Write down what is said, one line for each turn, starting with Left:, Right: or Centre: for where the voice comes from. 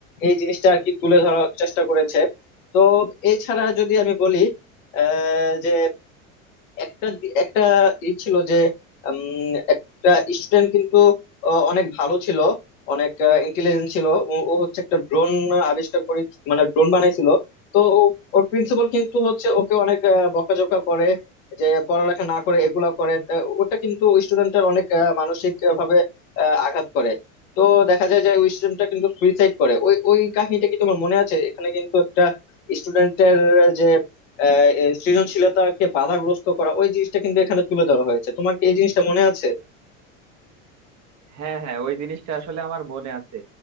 Left: এই জিনিসটা আর কি তুলে ধরার চেষ্টা করেছে তো এছাড়া যদি আমি বলি আহ যে একটা দি- একটা ই ছিল যে উম, একটা স্টুডেন্ট কিন্তু ও অনেক ভালো ছিল অনেক ইন্টেলিজেন্ট ছিল ও ও হচ্ছে একটা ড্রোন আবিষ্কার করে মানে ড্রোন বানাইছিল তো ও- ওর প্রিন্সিপাল কিন্তু হচ্ছে ওকে অনেক আহ, বকাঝকা করে যে পড়ালেখা না করে এগুলা করে আহ, ওটা কিন্তু স্টুডেন্টের অনেক আহ, মানসিক আহ, ভাবে আহ, আঘাত করে তো দেখা যায় যে ওই স্টুডেন্টটা কিন্তু সুইসাইড করে ওই ওই কাহিনীটা কি তোমার মনে আছে এখানে কিন্তু একটা স্টুডেন্টের যে আহ, এ সৃজনশীলতাকে বাধাগ্রস্ত করা ওই জিনিসটা কিন্তু এখানে তুলে ধরা হয়েছে তোমার কি এই জিনিসটা মনে আছে
Right: হ্যাঁ হ্যাঁ ওই জিনিসটা আসলে আমার মনে আছে